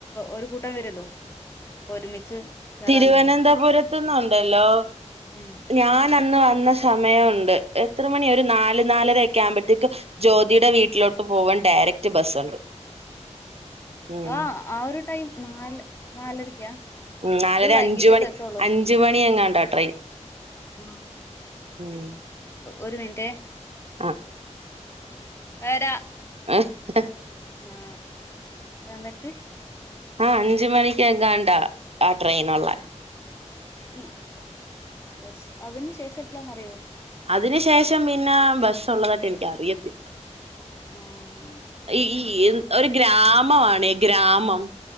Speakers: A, on the left; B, on the right.
A: ഒരു കൂട്ടം വരുല്ലോ അപ്പൊ ഒരുമിച്ച് കേറാലോ
B: തിരുവനന്തപുരത്
A: അങ്ങോട്ട്
B: ത് ന്നുണ്ടല്ലോ
A: ഉം
B: ഞൻ അന്ന് വന്ന ശമയ യാ ഉണ്ട് എത്ര മണി ഒരു നാല് നാലര ഒക്കെ ആവുമ്പഴത്തേക്ക് ജ്യോതിയുടെ വീട്ടിലോട്ട് പോവാൻ ഡയറക്ട് ബസ്സുണ്ട് ഉം
A: ആ ആ ഒരു ടൈം നാല് നാലരക്കാ
B: ഉം നാലര
A: ഇത് വൈകീട്ടത്തെ
B: അഞ്ച്മണി
A: എത്തുള്ളൂ
B: അഞ്ച്മണി എങ്ങാണ്ടാ ട്രെയിൻ
A: ആഹ്
B: ഉം
A: ഒരു മിൻറ്റെ
B: ആ
A: വരാ
B: ഏഹ്
A: ആ എന്നിട്ട്
B: ആ അഞ്ച് മണിക്ക്ങ്ങാണ്ടാ ആ ട്രെയിനുള്ളേ
A: ഇ ബസ് അതിനു ശേഷം എപ്പളാന്നറിയോ
B: അതിന് ശേഷം പിന്നെ ബസ് ഉള്ളതായിട്ട് എനിക്കറിയത്തില്ല
A: ആഹ്
B: ഈ ഒരു ഗ്രാമവാണേ ഗ്രാമം ഉം